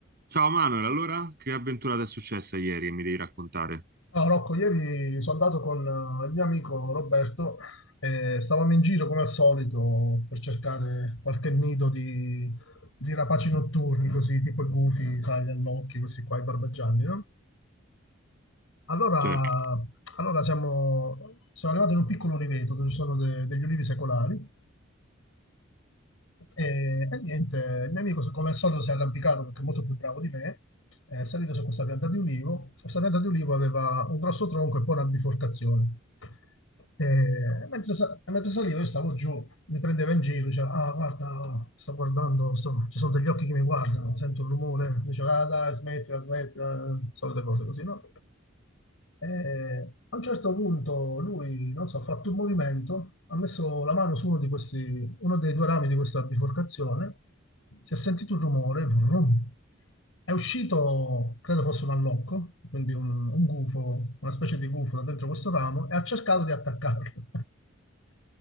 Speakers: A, on the right; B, on the left.
A: Ciao Manuel, allora che avventura ti è successa ieri e mi devi raccontare?
B: No, Rocco, ieri sono andato con eh, il mio amico Roberto e stavamo in giro come al solito per cercare qualche nido di, di rapaci notturni, così tipo i gufi, sai, gli allocchi, questi qua, i barbagianni, no? Allora,
A: Certo,
B: allora siamo, siamo arrivati in un piccolo oliveto dove ci sono de- degli ulivi secolari e, e niente, il mio amico come al solito si è arrampicato perché è molto più bravo di me, è salito su questa pianta di ulivo. Questa pianta di ulivo aveva un grosso tronco e poi una biforcazione. E mentre, sa- mentre salivo io stavo giù, mi prendeva in giro, diceva, ah guarda, sto guardando, sto- ci sono degli occhi che mi guardano, sento un rumore, diceva, ah dai, smettila, smettila, solite cose così, no? E a un certo punto lui, non so, ha fatto un movimento, ha messo la mano su uno di questi, uno dei due rami di questa biforcazione, si è sentito un rumore, vrum. È uscito, credo fosse un allocco, quindi un, un gufo, una specie di gufo da dentro questo ramo, e ha cercato di attaccarlo. <laughs>